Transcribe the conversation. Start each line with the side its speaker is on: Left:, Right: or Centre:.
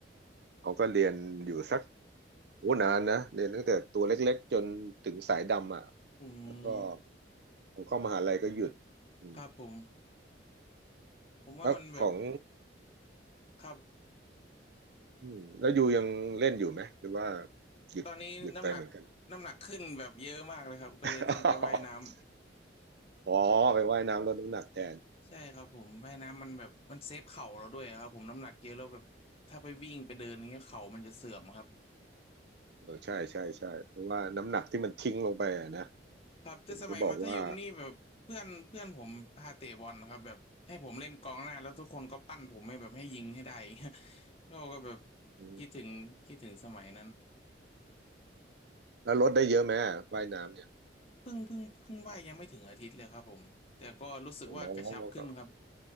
Right: เขาก็เรียนอยู่สักโอ้นานนะเรียนตั้งแต่ตัวเล็กๆจนถึงสายดำอ่ะ
Left: อืม
Right: แล้วก็พอเข้ามหาลัยก็หยุดอืม
Left: ครับผมผมว่ามันแบบ
Right: แล้วของ
Left: ครับ
Right: อืมแล้วยูยังเล่นอยู่ไหมหรือว่าหยุดหยุดไปเหมือนกัน
Left: ตอนนี้น้ำหนักน้ำหนักขึ้นแบบเยอะมากเลยครับก็เลยต้องไปว่ายน้ำ
Right: <laughs> อ๋อไปว่ายน้ำลดน้ำหนักแทน
Left: ใช่ครับผมว่ายน้ำมันแบบมันเซฟเข่าเราด้วยครับผมน้ำหนักเยอะแล้วแบบถ้าไปวิ่งไปเดินอย่างเงี้ยเข่ามันจะเสื่อมครับ
Right: เออใช่ใช่ใช่เพราะว่าน้ำหนักที่มันทิ้งลงไปอะนะ
Left: ครับแต่สมัยมัธยมนี่แบบเพื่อนเพื่อนผมพาเตะบอลนะครับแบบให้ผมเล่นกองหน้าแล้วทุกคนก็ปั้นผมให้แบบให้ยิงให้ได้อย่างเงี้ย
Right: เห็นก็บอกว่า
Left: <laughs> เราก็แบบ
Right: อืม
Left: คิดถึงคิดถึงสมัยนั้น
Right: แล้วลดได้เยอะไหมอะว่ายน้ำเนี่ย
Left: เพิ่งเพิ่งเพิ่งว่ายยังไม่ถึงอาทิตย์เลยครับผมแต่ก็รู้สึกว่ากระชับขึ้นครับ
Right: อ๋อก็